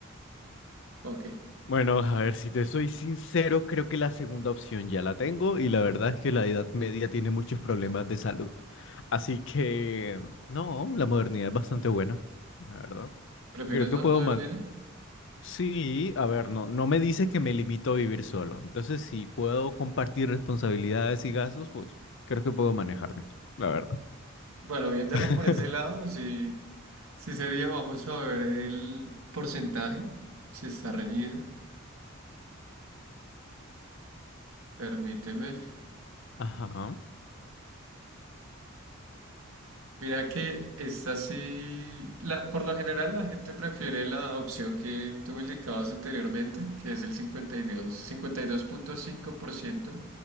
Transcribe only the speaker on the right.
Ok,
¿prefieres
la
modernidad?
Bueno, viéndolo
por ese lado, sí, sí sería, vamos a ver el porcentaje, si está reñido. Permíteme.
Mira que esta sí, la, por lo general la gente prefiere la opción que tú me indicabas anteriormente, que es el cincuenta cincuenta y y dos, cincuenta y dos punto cinco por ciento